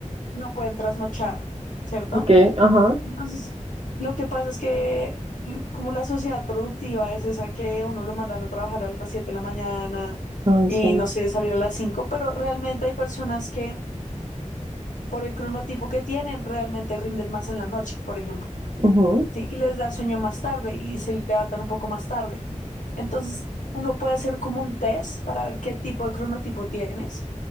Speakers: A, on the left (about 75°); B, on the right (about 50°).
A: no pueden trasnochar, ¿cierto?
B: Ok, ajá.
A: Entonces, lo que pasa es que l- como la sociedad productiva es esa que uno lo mandan a trabajar a las 7 de la mañana
B: Ay,
A: y
B: sí.
A: no sé, salir a las 5, pero realmente hay personas que por el cronotipo que tienen realmente rinden más en la noche, por ejemplo,
B: Ujú.
A: ¿sí? Y les da sueño más tarde y se levantan un poco más tarde. Entonces, uno puede hacer como un test para ver qué tipo de cronotipo tienes